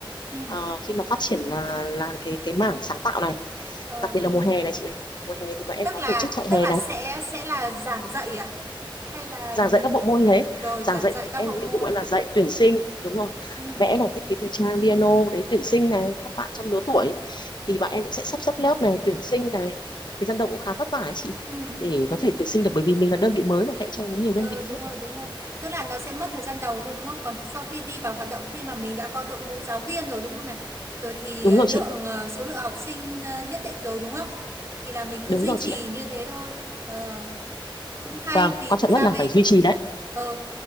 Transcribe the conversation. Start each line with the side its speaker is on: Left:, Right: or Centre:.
Right: ừ
Left: ờ, khi mà phát triển là là cái cái mảng sáng tạo này
Right: ờ
Left: đặc biệt là mùa hè này chị này mùa hè thì bọn em
Right: tức
Left: có
Right: là
Left: tổ chức chạy
Right: tức
Left: hè
Right: là
Left: này
Right: sẽ sẽ là giảng dạy à hay là
Left: giảng dạy các bộ môn thế
Right: rồi
Left: giảng
Right: giảng
Left: dạy
Right: dạy các
Left: em
Right: bộ môn
Left: nhiệm vụ em là dạy tuyển sinh đúng rồi
Right: ừ
Left: vẽ này thiết kế thời trang piano đấy tuyển sinh này các bạn trong lứa tuổi thì bọn em cũng sẽ sắp xếp lớp này tuyển sinh này thời gian động cũng khá vất vả ấy chị
Right: ừ
Left: để có thể tuyển sinh được bởi vì mình là đơn vị mới mà cạnh tranh với nhiều đơn
Right: Ờ
Left: vị
Right: đúng
Left: khác
Right: rồi
Left: mà
Right: đúng rồi Tức là nó sẽ mất thời gian đầu thôi đúng không Còn sau khi đi vào hoạt động khi mà mình đã có đội ngũ giáo viên rồi đúng không này Rồi thì
Left: đúng
Right: ờ,
Left: rồi
Right: lượng
Left: chị
Right: ờ, số lượng học sinh ờ, nhất định rồi đúng không Thì là mình cứ
Left: đúng
Right: duy
Left: rồi
Right: trì
Left: chị ạ
Right: như thế thôi Ờ cũng hay
Left: vâng
Right: vì
Left: quan trọng
Right: thực ra
Left: nhất là
Right: bây
Left: phải duy trì đấy
Right: ờ,